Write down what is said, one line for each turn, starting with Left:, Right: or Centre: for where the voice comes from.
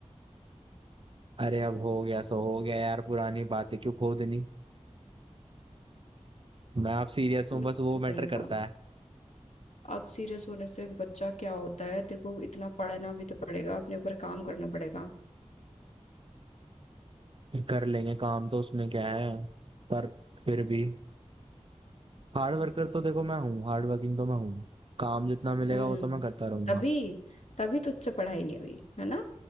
Right: अरे अब हो गया सो हो गया यार पुरानी बातें क्यों खोदनी मैं अब सीरियस
Left: तू
Right: हूँ
Left: नहीं
Right: बस वो
Left: सुधरेगा
Right: मैटर करता है
Left: अब सीरियस होने से बच्चा क्या होता है तेरे को इतना पढ़ना भी तो पड़ेगा अपने ऊपर काम करना पड़ेगा
Right: कर लेंगे काम तो उसमें क्या है पर फिर भी हार्ड वर्कर तो देखो मैं हूँ हार्ड वर्किंग तो मैं हूँ काम जितना मिलेगा
Left: हम्म
Right: वो तो मैं करता रहूंगा
Left: तभी तभी तो तुझसे पढ़ाई नहीं हुई है ना